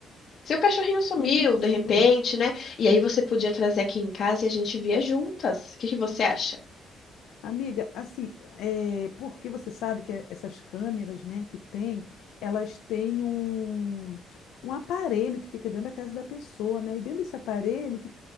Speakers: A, on the left (about 55°); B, on the left (about 80°).
A: seu cachorrinho sumiu
B: Isso.
A: de repente, né? E aí você podia trazer aqui em casa e a gente via juntas. O que que você acha?
B: Amiga, assim, é, porque você sabe que é- essas câmeras, né, que tem, elas têm um, um aparelho que fica dentro da casa da pessoa, né? E dentro desse aparelho que